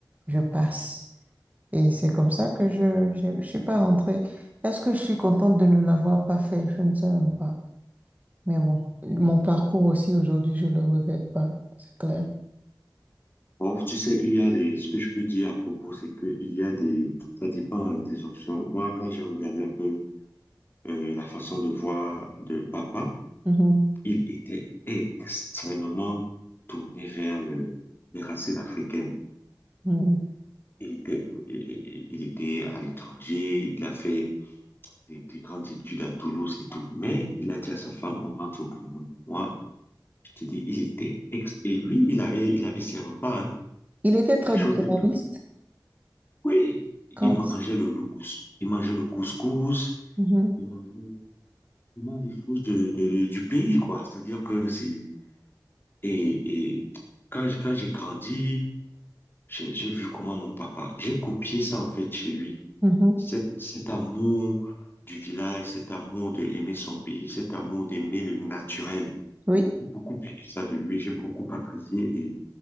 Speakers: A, on the right; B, on the left.
A: je passe. Et c'est comme ça que je, je, je suis pas rentrée. Est-ce que je suis contente de ne l'avoir pas fait? Je ne sais même pas. Mais bon, mon parcours aussi aujourd'hui, je le regrette pas, c'est clair.
B: Bon, tu sais, il y a des, ce que je peux dire à propos, c'est que il y a des, ça dépend hein, des options. Moi, quand j'ai regardé un peu euh, la façon de voir de papa,
A: Mhm,
B: il était extrêmement tourné vers le, les racines africaines.
A: mhm.
B: Il était, il il- il était à l'étranger, il a fait des des grandes études à Toulouse et tout. Mais il a dit à sa femme, on rentre au Cameroun. Moi, je te dis, il était ex... Et lui, il avait, il avait ses repas, hein,
A: Il était traditionnaliste
B: les choses de... Oui,
A: quand...
B: il mangeait le, le couscous. Il mangeait le couscous.
A: Mhm,
B: Il mangeait vraiment des choses de, de- de- du pays, quoi. C'est-à-dire que c'est... Et, et quand, j'- quand j'ai grandi, j'ai j'ai vu comment mon papa... J'ai copié ça, en fait, chez lui.
A: mhm.
B: Cet, cet amour du village, cet amour d'aimer son pays, cet amour d'aimer le naturel.
A: Oui.
B: J'ai beaucoup aimé ça de lui, j'ai beaucoup apprécié et